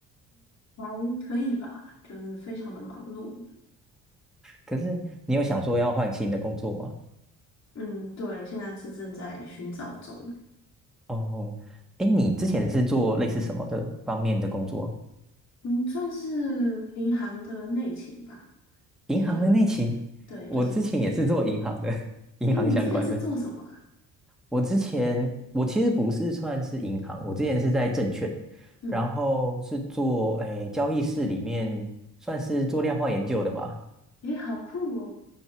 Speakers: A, on the left; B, in the centre.
A: 还可以吧，就是非常的忙碌。
B: 可是你有想说要换新的工作吗？
A: 嗯，对，现在是正在寻找中。
B: 哦，哎，你之前是做类似什么的方面的工作啊
A: 嗯，算是银行的内勤吧，
B: 银行的内勤，
A: 就是，对，
B: 我之前也是做银行的，
A: 就是，
B: <laughs> 银行相关的。
A: 诶，你之前是做什么啊？
B: 我之前我其实不是算是银行，我之前是在证券，
A: 嗯，
B: 然后是做诶交易室里面算是做量化研究的吧。
A: 诶，好酷哦。